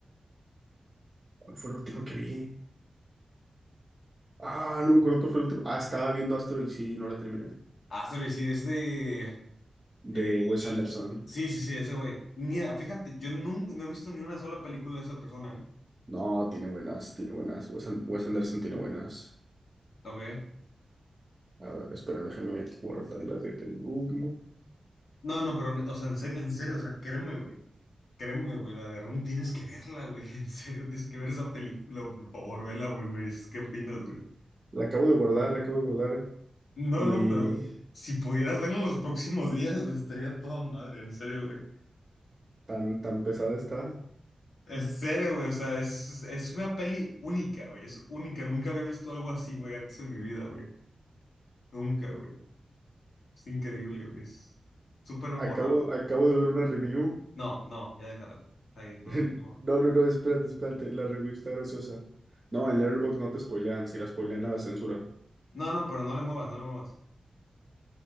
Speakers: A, on the right (about 35°); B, on the left (about 80°).
A: ¿Cuál fue la última que vi? Ah, no me acuerdo cuál fue la última. Ah, estaba viendo Asteroid City y no la terminé.
B: Ah, sorry, sí, es de...
A: De
B: eh,
A: Wes Anderson.
B: la- Sí, sí, sí, ese güey. Mira, fíjate, yo nunca, no he visto ni una sola película de esa persona, ¿eh?
A: No, tiene buenas, tiene buenas. Wes, An- Wes Anderson tiene buenas.
B: Ok.
A: A ver, espera, déjame guardar la de The Room.
B: No, no, pero, o sea, en serio, en serio, o sea, créeme, güey. Créeme, güey, la de Room tienes que verla, güey. <laughs> En serio, tienes que ver esa película, güey, por favor, vela, güey. Me dices qué opinas, güey.
A: La acabo de guardar, la acabo de guardar.
B: No,
A: Y
B: no, pero si pudieras verlo en los próximos días, güey, estaría toda madre, en serio, güey.
A: tan, tan pesada está.
B: En serio, güey, o sea, es, es una peli única, güey, es única. Nunca había visto algo así, güey, antes de mi vida, güey. Nunca, güey. Es increíble, güey, es súper memorable.
A: Acabo, acabo de ver una review.
B: No, no, ya déjala. Está bien, no,
A: <laughs>
B: no, le
A: No, no, no, espérate, espérate. La review está graciosa. No, en Letterboxd no te spoilean. Si la spoilean, la censuran.
B: no, no, pero no le muevas, no le muevas.